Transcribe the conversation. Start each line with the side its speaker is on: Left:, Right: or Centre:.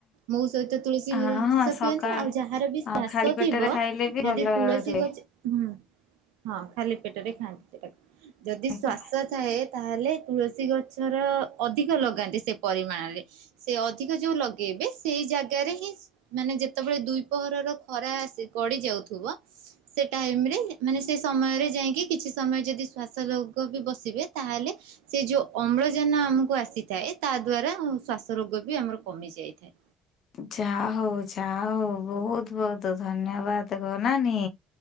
Right: ମହୁ ସହିତ ତୁଳସୀ
Left: ହଁ
Right: ରସ
Left: ହଁ ସକାଳେ
Right: ପିଅନ୍ତି ଆଉ ଯାହାର ବି ଶ୍ୱାସ
Left: ଖାଲି ପେଟରେ
Right: ଥିବ
Left: ଖାଇଲେ ବି
Right: ଯଦି
Left: ଭଲ
Right: ତୁଳସୀ
Left: ରୁହେ
Right: ଗଛ ହୁଁ ହଁ, ଖାଲି ପେଟରେ ଖାଆନ୍ତି ସେଟାକୁ ଯଦି
Left: ଆଜ୍ଞା।
Right: ଶ୍ଵାସ ଥାଏ ତାହେଲେ ତୁଳସୀ ଗଛର ଅଧିକ ଲଗାନ୍ତି ସେ ପରିମାଣରେ। ସେ ଅଧିକ ଯୋଉ ଲଗେଇବେ ସେଇ ଜାଗାରେ ହିଁ ମାନେ ଯେତେବେଳେ ଦୁଇ ପହରର ଖରା ଆସି ଗଡି ଯାଉଥିବ ସେ ଟାଇମରେ ମାନେ ସେ ସମୟରେ ଯାଇକି କିଛି ସମୟ ଯଦି ଶ୍ୱାସ ଲୋଗ ବି ବସିବେ ତାହେଲେ ସେ ଯୋଉ ଅମ୍ଳଜାନ ଆମକୁ ଆସିଥାଏ ତା ଦ୍ଵାରା ଶ୍ଵାସ ରୋଗ ବି ଆମର କମି ଯାଇଥାଏ।
Left: ଯା ହଉ ଯା ହଉ ବହୁତ ବହୁତ ଧନ୍ୟବାଦ ଗୋ ନାନି।